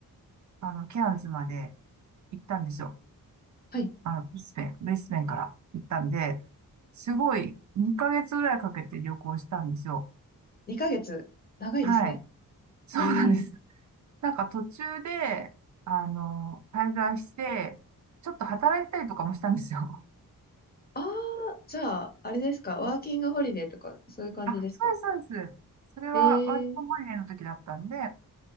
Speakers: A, on the right (about 55°); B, on the left (about 25°).
A: あの、ケアンズまで行ったんですよ。
B: はい。
A: あの、ブリスベン、ブリスベンから行ったんで、すごい、2ヶ月ぐらいかけて旅行したんですよ。
B: 2ヶ月。長いですね。
A: はい。<laughs> そうなんです。
B: えー、
A: なんか途中で、あの、滞在して、ちょっと働いたりとかもしたんですよ。
B: ああ、じゃあ、あれですかワーキングホリデーとか、
A: <laughs>
B: そういう感じですか
A: あ、そうです、そうです。それはワーキングホリデーの時だったんで、
B: えー、